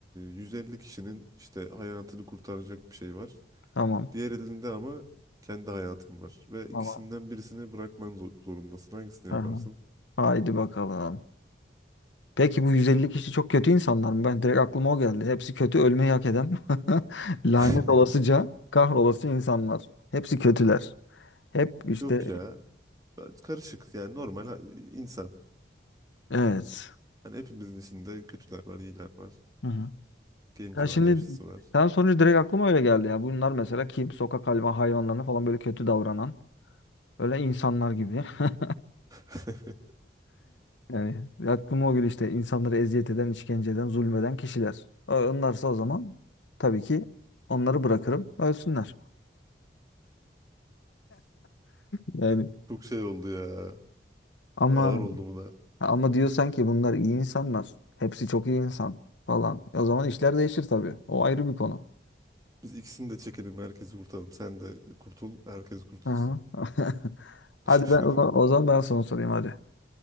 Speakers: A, on the right; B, on the left.
A: 150 kişinin işte hayatını kurtaracak bir şey var.
B: tamam.
A: Diğer elinde ama kendi hayatın var. Ve ikisinden
B: Tamam.
A: birisini bırakman zor- zorundasın. Hangisini
B: Aha.
A: yaparsın?
B: Haydi bakalım. Peki bu 150 kişi çok kötü insanlar mı? Ben direkt aklıma o geldi. Hepsi kötü ölmeyi hak eden. <laughs> Lanet
A: <laughs>
B: olasıca kahrolası insanlar. Hepsi kötüler. Hep işte
A: Yok ya. Ben- Karışık yani normal ha- insan.
B: evet.
A: Hani hepimizin içinde kötüler var, iyiler var.
B: Hı hı.
A: Genci
B: Ya şimdi
A: var, yaşlısı var.
B: sen sonucu direkt aklıma öyle geldi ya. Bunlar mesela kim? Sokak hayvan- hayvanlarına falan böyle kötü davranan. Böyle insanlar gibi. <laughs>
A: <laughs>
B: Yani aklıma o gün işte insanları eziyet eden, işkence eden, zulmeden kişiler. Onlarsa o zaman tabii ki onları bırakırım, ölsünler. Yani
A: Çok şey oldu ya.
B: ama
A: Ağır oldu bu da.
B: ama diyorsan ki bunlar iyi insanlar. Hepsi çok iyi insan falan. E, O zaman işler değişir tabii. O ayrı bir konu.
A: Biz ikisini de çekelim, herkesi kurtaralım. Sen de kurtul, herkes kurtulsun.
B: Hı hı. <laughs> Hadi
A: <laughs>
B: ben o zaman, o zaman ben sana sorayım hadi.